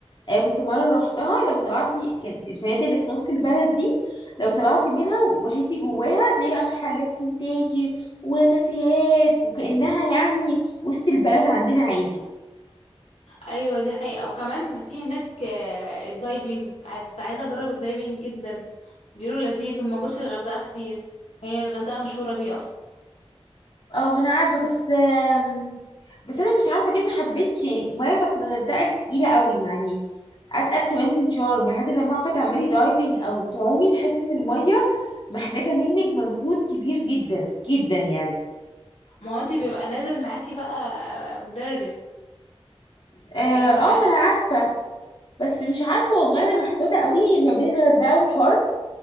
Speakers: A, on the left; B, on the left.
A: آه، كنت مرة روحتها لو طلعتي كان الفنادق اللي في نص البلد دي لو طلعتي منها ومشيتي جواها هتلاقي بقى محلات كنتاكي وكافيهات وكأنها يعني وسط البلد عندنا عادي
B: ايوه دي حقيقة وكمان في هناك آه، الدايفنج عاي- كنت عايزة اجرب الدايفنج جدا بيقولوا لذيذ وموجود في الغردقة كتير وهي الغردقة مشهورة بيه اصلا
A: اه ما انا عارفة بس آم، بس انا مش عارفة ليه ما حبيتش يعني المية بتاعت الغردقة تقيلة قوي يعني اتقل كمان من شرم يعني حتى لما عارفة تعملي دايفنج او تعومي تحسي ان المية محتاجة منك مجهود كبير جدا جدا يعني
B: ما هو انت بيبقى نازل معاكي بقى آه، مدرب
A: اه
B: بيبقى نازل
A: آه، ما
B: معاكي
A: انا عارفة بس مش عارفة والله أنا محتارة قوي ما بين الغردقة وشرم